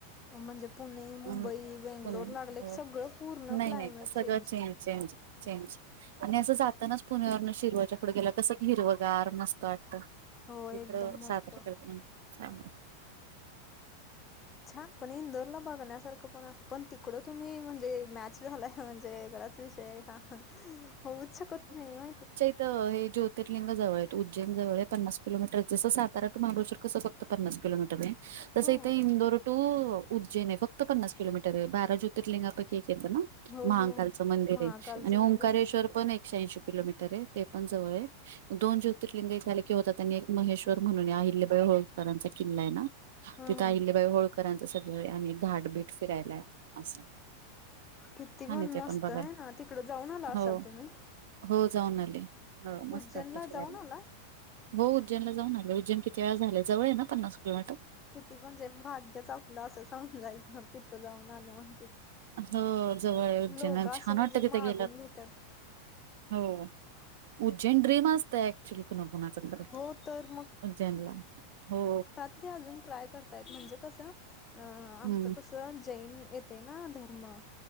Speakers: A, on the left (about 25°); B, on the right (about 70°).
A: म्हणजे पुणे, मुंबई,
B: पुणे
A: बेंगलोर लागलं
B: हो
A: की सगळं पूर्ण
B: नाही
A: क्लायमेट
B: नाही सगळं
A: चेंज
B: चेंज चेंज आणि असं जातानाच पुण्यावरनं शिरवाच्या पुढे गेल्या कसं क हिरवगार मस्त वाट
A: हो एकदम
B: इथं
A: मस्त
B: इकडं <unintelligible> ना चांगलं.
A: छान पण इंदोरला बघण्यासारखं पण असं पण तिकडं तुम्ही म्हणजे मॅच झाला आहे म्हणजे गडाचा विषय आहे हा होऊच शकत नाही माहिती
B: तर हे ज्योतिर्लिंग जवळ आहेत उज्जैनजवळ पन्नास किलोमीटर जसं सातारा टू महाबळेश्वर कसं फक् त पन्नास किलोमीटर आहे. तसं
A: हो
B: इथे इंदोर टू उज्जैन आहे फक्त पन्नास किलोमीटर आहे बारा ज्योतिर्लिंगापैकी एक चेत ना
A: हो
B: महकालचं
A: हो
B: मंदिर
A: महाकालचं
B: आहे आणि ओंकारेश्वर
A: मंदिर
B: पण एक शेऐंशी किलोमीटर आहे ते पण जवळ आहे. दोन ज्योतर्लिंगई झाले की होतात त्यांनी एक महेश्वर म्हणून आहे अहिल्यबाई होळकरांचा किल्ला आहे ना.
A: हा
B: तिथं
A: हा
B: अहिल्या बाई होळकरांचं सगळं आणि घाट बीट फिरायला आहे असं.
A: किती
B: छान
A: पण
B: आहे ते
A: मस्त
B: बघायला
A: आहे ना तिकडं जाऊन आला असाल
B: हो
A: तुम्ही?
B: हो जाऊन आले. हो मस्त
A: उज्जैन
B: वाटत
A: ला
B: फिरायला.
A: जाऊन आला?
B: हो उज्जनला जाऊन आले उज्जन कितीे वेळा झालय जवळ आहे पन्नास किलोमीटर.
A: किती म्हणजे भाग्यच आपलं असं समजायच ना तिथं जाऊन आलं म्हणजे.
B: हो जवळ आहे उज्जैन
A: लोगा
B: आणि
A: असं
B: छान
A: म्हणजे
B: वाटतं तिथे
A: मागून
B: गेल्यावर
A: न्हेत्यात.
B: हो उज्जन ट्रिप नसतय एक्च्युली कुणाकणाचा खरत
A: हो तर
B: उज्जैनला हो.
A: ते अजून ट्राय करताय म्हणजे कसं अ आमच
B: हम्म.
A: कसं त्यन जैन येते ना धर्म